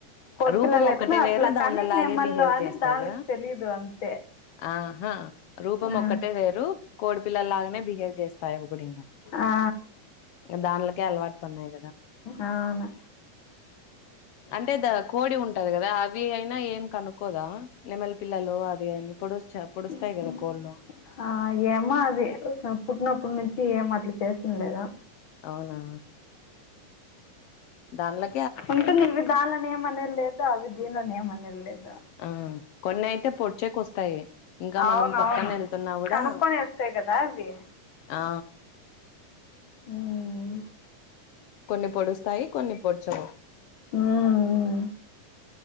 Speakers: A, on the left; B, on the left.
A: కొడిపిల్లలు
B: రూపం ఒక్కటే
A: ఎట్లా
B: వేరు
A: అట్లా
B: దానిలాగే
A: కానీ నెమళ్ళు
B: బిహేవ్
A: అని
B: చేస్తాయి
A: దానికి
B: కదా
A: తెలిదు అంతే
B: ఆహా రూపం
A: ఆ,
B: ఒక్కటే వేరు కోడి పిల్లలలాగనే బిహేవ్ చేస్త తాయి అవి కూడా ఇంగ
A: ఆ,
B: ఇంగ దాన్లకే అలవాటు పడినాయి
A: అవును
B: అంటే ద కోడి ఉంటది కదా అవి అయినా ఏం కనుక్కోదా నెమలి పిల్లలు అది అని పొడుస్చ పొడుస్తాయి
A: ఉ హమ్
B: కదా కోళ్ళు
A: ఆ ఏమో అది పుట్టినప్పుడు నుంచి ఏమ చేసింది లేదా
B: అవునా దానిలోకి
A: ఉంటుంది ఇవి దానిలోని ఏమనే లేదు అవి దీనిలోనే ఏమనే లేదు
B: ఆ కొన్ని అయితే పొడ్చేకి వస్తాయి ఇంకా
A: అవునవును
B: మనం పక్కన వెళ్తున్నా కూడా
A: కనుక్కొని వేస్తాయి కదా అవి
B: ఆ
A: ఉం
B: కొన్ని పొడుస్తాయి కొన్ని పొడ్చవు
A: ఉం